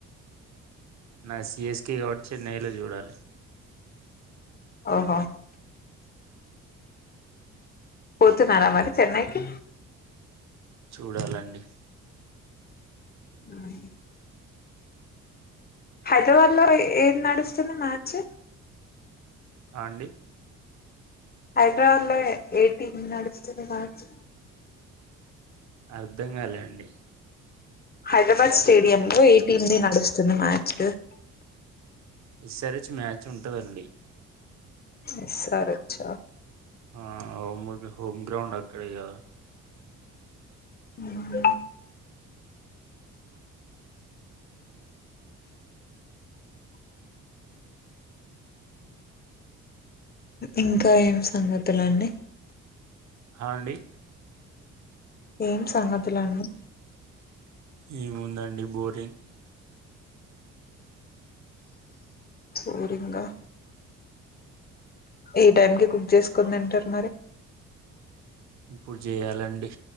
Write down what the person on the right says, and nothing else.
నా సి ఎస్ కె కాబట్టి చెన్నై లో చూడాలి
చూడాలండి
ఆడి
అర్ధం కాలే అండి
విసరిచ్చ మ్యాచ్ ఉంట అండి
ఆ <unintelligible> హోమ్ గ్రౌండ్ అక్కడే కదా
హా అండి
ఏముందండి బోరింగ్
ఇప్పుడు చేయాలండి